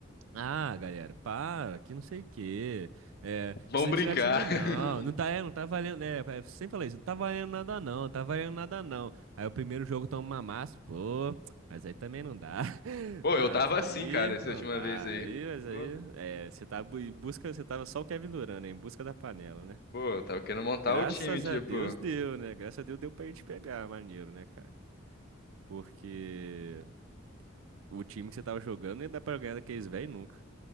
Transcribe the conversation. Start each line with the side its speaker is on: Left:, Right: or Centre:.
Right: Ah, galera, para, que não sei o quê. É,
Left: Vamos
Right: precisa
Left: brincar.
Right: tirar time, não.
Left: <laughs>
Right: Não tá, é, não tá valendo. É, é, sempre falei isso, não tá valendo nada, não, não tá valendo nada, não. Aí o primeiro jogo toma uma massa, pô. Mas aí também não dá. <laughs>
Left: Pô,
Right: Não,
Left: eu tava
Right: mas aí
Left: assim, cara, essa
Right: não
Left: última
Right: dá.
Left: vez aí.
Right: Aí, mas
Left: Pô,
Right: aí. É, você tá bu- em busca, você tava só o Kevin Durant, né? Em busca da panela, né?
Left: pô, eu tava querendo montar
Right: Graças
Left: o time, tipo.
Right: a Deus deu, né? Graças a Deus deu pra gente pegar, maneiro, né, cara? Porque o time que você tava jogando não ia dar pra ganhar daqueles velhos nunca.